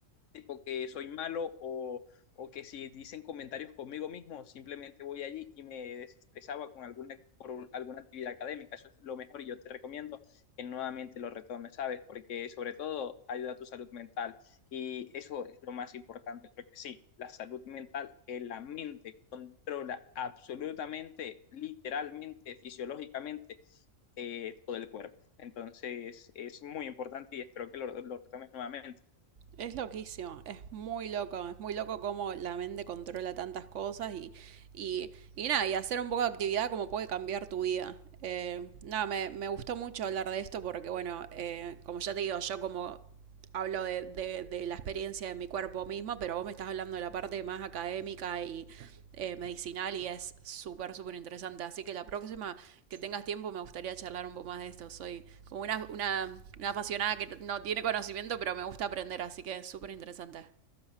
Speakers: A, on the left (about 75°); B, on the right (about 70°).
A: tipo que soy malo o, o que si dicen comentarios conmigo mismo, simplemente voy allí y me desestresaba con alguna, por alguna actividad académica. Eso es lo mejor y yo te recomiendo que nuevamente lo retomes, ¿sabes? Porque sobre todo ayuda a tu salud mental y eso es lo más importante, porque sí, la salud mental, que la mente controla absolutamente, literalmente, fisiológicamente eh, todo el cuerpo. Entonces es muy importante y espero que lo, lo retomes nuevamente.
B: Es loquísimo, es muy loco, es muy loco cómo la mente controla tantas cosas y, y, y nada, y hacer un poco de actividad como puede cambiar tu vida. Eh, nada, me, me gustó mucho hablar de esto porque, bueno, eh, como ya te digo, yo como hablo de, de, de la experiencia ciencia de mi cuerpo misma, pero vos me estás hablando de la parte más académica y eh, medicinal y es súper, súper interesante. Así que la próxima que tengas tiempo me gustaría charlar un poco más de esto. Soy como una, una, una apasionada que no tiene conocimiento, pero me gusta aprender, así que es súper interesante.